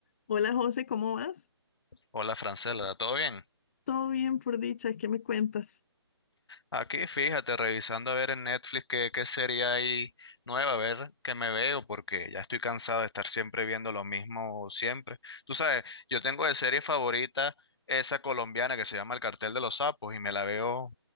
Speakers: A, on the left; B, on the left.
A: Hola José, ¿cómo vas?
B: Hola Francela, ¿todo bien?
A: Todo bien por dicha, ¿qué me cuentas?
B: Aquí fíjate, revisando a ver en Netflix qué, qué serie hay nueva, a ver qué me veo, porque ya estoy cansado de estar siempre viendo lo mismo siempre. Tú sabes, yo tengo de serie favorita esa colombiana que se llama El Cartel de los Sapos y me la veo